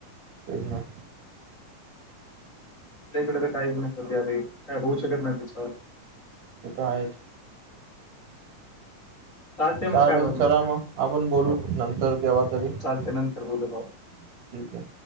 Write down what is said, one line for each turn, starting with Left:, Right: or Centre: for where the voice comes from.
Right: तेच ना.
Left: आपल्या इकडे तर काही हो <unintelligible> सध्या तरी काय होऊ शकत नाही त्याच्यावर
Right: ते तर आहेच.
Left: चालते मग
Right: चालल
Left: काय बाकी
Right: चला मग आपण बोलू
Left: हो
Right: नंतर केव्हा तरी
Left: हो चालते
Right: ठीक
Left: नंतर बोलू हो
Right: आहे.